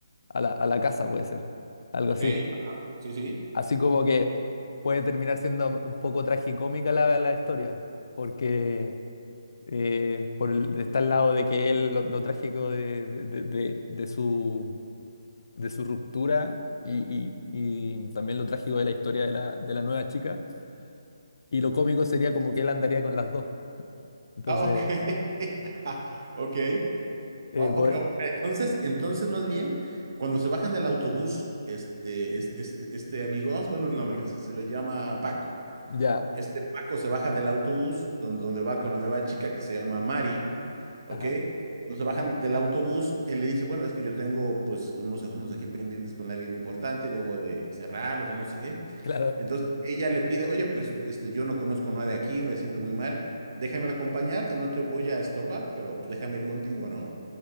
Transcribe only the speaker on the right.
Ok,
ajá, sí, sí.
Ah, ok. <laughs> Ah, Ok.
Ah,
ok, ok. Entonces, entonces más bien, cuando se bajan del autobús, este, es- este, este amigo, vamos a ponerle un nombre, que se, se llama Paco.
Este Paco se baja del autobús donde, donde va con la nueva chica que se llama Mari, ¿ok?
Cuando se bajan del autobús, él le dice, bueno, es que yo tengo pues unos asuntos aquí pendientes con alguien importante y debo de cerrarlos o no sé qué.
Entonces ella le pide, oye, pues este, yo no conozco nada de aquí, me siento muy mal, déjame acompañarte, no te voy a estorbar, pero pues déjame ir contigo, ¿no?